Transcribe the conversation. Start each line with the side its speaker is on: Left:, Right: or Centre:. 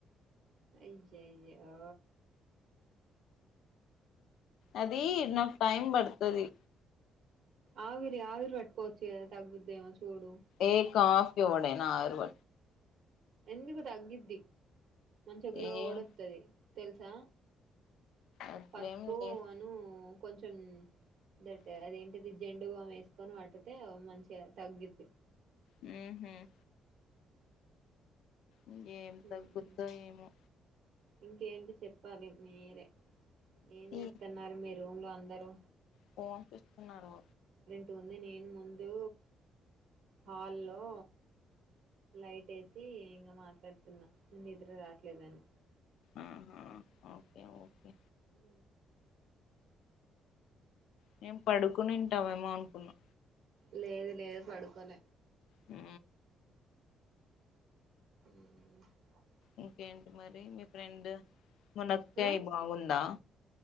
Right: అయ్యయ్యో
Left: అదీ నాకు టైమ్ పడుతు తుది
Right: ఆవిరి ఆవిరు వ కొచిగా తగుద్దే ఏమో చు గూడు
Left: ఏ కాఫీ ఓడైనా ఆవిరి ప
Right: ఎందుకు తగ్గిద్ది మంచి గ్లో
Left: ఏం
Right: కొడుత్తది. తెలుసా
Left: అట్లేం
Right: పసుపు
Left: లేదు
Right: అను కొంచెం దట్ అదేంటిది జెండుబామ్ వేసుకొని వాటితే మంచిగా తగ్గుద్ది.
Left: హ హ ఉ ఏం తగ్గుద్దో
Right: మ్మ్
Left: ఏమో
Right: ఇంకేంటి చెప్పాలి మీరే ఏంచెతున్నారు
Left: ఈ
Right: మీరు? రూ లో అందరూ
Left: ఫోన్స్ ఇస్తున్నారు
Right: ఇ ఉంది నేను ముందు హా లో లైట్ వేసి ఇంకా మాట్లాడుతున్నా న నిద్ద్ర రాట్లేదని
Left: ఆా ఓకే ఓకే
Right: ఉ
Left: నేను పడుకుని ఇంటవేమో అనుకున్నా
Right: లేదు లేదు పడుకోలే
Left: ఆ
Right: హ
Left: ఇంకేంటి మరి మీ రెం మునకయి
Right: ఆ
Left: బాగుందా